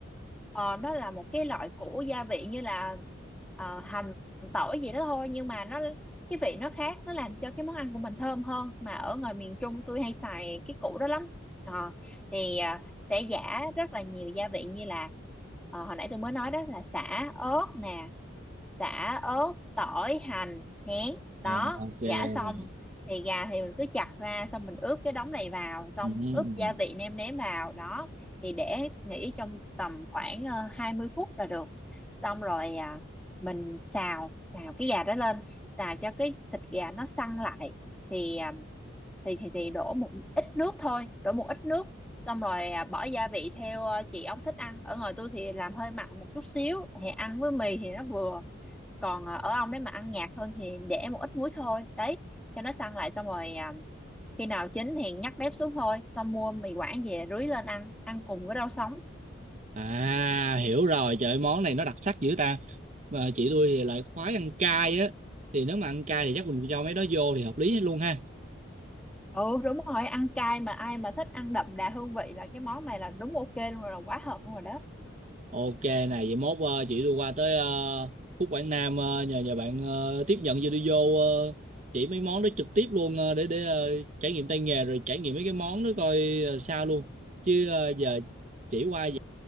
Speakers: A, in the centre; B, on the right.
A: Ờ, nó là một cái loại củ gia vị như là ờ, hành tỏi gì đó thôi nhưng mà nó cái vị nó khác nó làm cho cái món ăn của mình thơm hơn mà ở ngoài miền Trung tôi hay xài cái củ đó lắm Ờ, thì ờ, sẽ giả rất là nhiều gia vị như là ờ, hồi nãy tôi mới nói đó là sả ớt nè sả ớt tỏi hành nén đó
B: ờ ok
A: giã xong
B: rồi
A: thì gà thì mình cứ chặt ra xong mình ướp cái đống này vào xong
B: Ừm.
A: ướp gia vị nêm nếm vào đó thì để nghỉ trong tầm khoảng ờ, 20 phút là được xong rồi à, mình xào xào cái gà đó lên xào cho cái thịt gà nó săn lại thì à, thì thì thì đổ một ít nước thôi đổ một ít nước xong rồi à, bỏ gia vị theo ờ, chị ông thích ăn ở ngoài tôi thì làm hơi mặn một chút xíu thì ăn với mì thì nó vừa còn à, ở ông đấy mà ăn nhạt hơn thì để một ít muối thôi đấy cho nó săn lại xong rồi à, khi nào chín thì nhắc bếp xuống thôi xong mua mì quảng về rưới lên ăn ăn cùng với rau sống
B: À hiểu rồi, trời ơi, món này nó đặc sắc dữ ta. Mà chị tôi thì lại khoái ăn cay á, thì nếu mà ăn cay thì chắc mình cho mấy đó vô thì hợp lý hết luôn ha.
A: ừ đúng rồi ăn cay mà ai mà thích ăn đậm đà hương vị là cái món này là đúng ok luôn rồi là quá hợp luôn rồi đó
B: Ok này, vậy mốt ờ, chị tôi qua tới ờ, Phúc Quảng Nam ờ, nhờ nhờ bạn ờ, tiếp nhận chị tôi vô ờ, chỉ mấy món đó trực tiếp luôn ờ, để để ờ, trải nghiệm tay nghề rồi trải nghiệm mấy cái món đó coi ờ, sao luôn. Chứ ờ, giờ chỉ qua vậy,